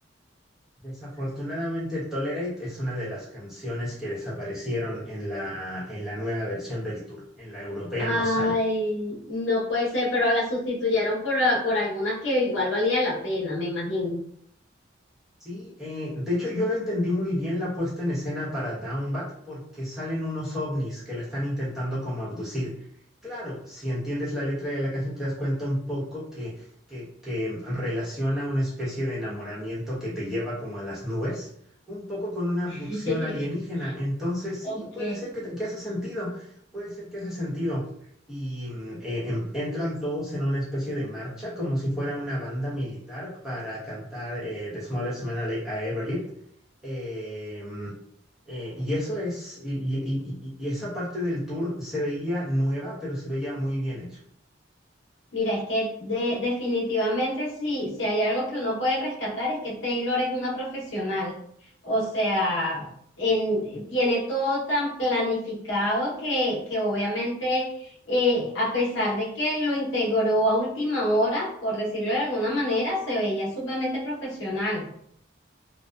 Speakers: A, in the centre; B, on the left.
A: Desafortunadamente, Tolerate es una de las canciones que desaparecieron en la, en la nueva versión del Tour. En la europea
B: Ay,
A: no sale.
B: no puede ser, pero la sustituyeron por, por algunas que igual valía la pena, me imagino.
A: Sí, eh, de hecho yo lo entendí muy bien la puesta en escena para Downbat porque salen unos ovnis que la están intentando como abducir. Claro, si entiendes la letra de la canción te das cuenta un poco que, que, que relaciona una especie de enamoramiento que te lleva como a las nubes, un poco con una abducción
B: <laughs>
A: alienígena. Entonces sí,
B: Ok.
A: puede ser que, te- que hace sentido, puede ser que hace sentido y mm, eh, em- entran todos en una especie de marcha, como si fuera una banda militar para cantar eh, The Smallest Man I, I Ever Lived. Eh, mm, eh, y eso es, y, y- y- y- y esa parte del tour se veía nueva, pero se veía muy bien hecho.
B: Mira, es que de- definitivamente sí, si hay algo que uno puede rescatar es que Taylor es una profesional. O sea, en- tiene todo tan planificado que, que obviamente, eh, a pesar de que lo integró a última hora, por decirlo de alguna manera, se veía sumamente profesional.